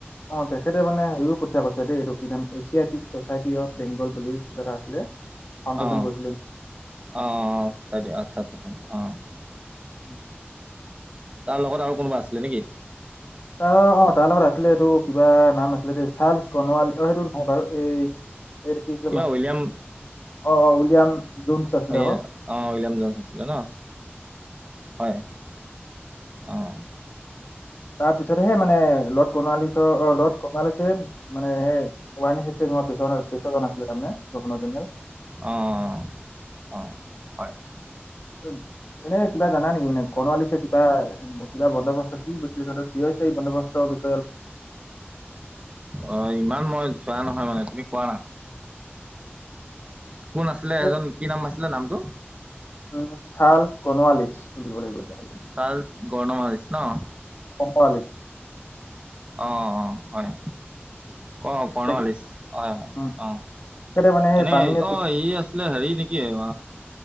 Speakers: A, on the left; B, on the right.
A: অ, তেখেতে মানে ইও কঠিয় পাছে। আ এইটো কি নাম এছিয়টিক চচাইটি অফ বেংগল বুলি কিবা এটা আছিলে। ফাউণ্ডেশ্যন
B: আহ
A: কৰিছিলে
B: আহ চ আচ্ছা আচ্ছা আচছা আহ।
A: উম',
B: তাৰ লগত আৰু কোনোবা আছিলে নেকি?
A: অ', অ' তাৰ লগত আছিলে। এইটো কিবা নাম আছিলে দ চাৰ্লছ কণোৱাল অ' সেইটো নহয় বাৰু এই এই কিছ
B: কিবা উইলিয়াম
A: অ উইলিয়াম জোনছ আছিলে
B: অ',
A: আকৌ
B: উইলিয়াম জনচ আছিলে। ন হয়। অ',
A: তাৰ পিছত হে মানে লত কনালিছ অ', লত কণালিছে মানে <unintelligible> <unintelligible> <unintelligible> পিছ পিছজন আছিলে। তাৰমানে গোনথাল
B: অ', অ' হয়।
A: <unintelligible> এনে কিবা জানা নেকি মানে কৰ্ণালীছে কিবা কিবা বন্দোবস্ত কি কৰিছিলে। সটো চিঞ হৈছে এই বন্দবস্তৰ বিষ
B: অ', ইমান মই যোৱা নহয় মানে তুমি কোৱা না কোন আছিলে।
A: এই,
B: এজন কি নাম আছিলে নামটো?
A: উম চাল কনোৱালিছ দিব লাগিবতি
B: চাল গৰ্ণ মাৰিছ ন
A: <unintelligible>
B: অ', অ' হয়। ক কৰ্ণোৱালিছ
A: তেখেতে
B: হয়। হয়।
A: উম,
B: অ'
A: তেখেতে মানে সেই
B: এনে
A: পাৰ্মিনেণ্ট
B: অ' ই আছিলে। হেৰি নেকি উ'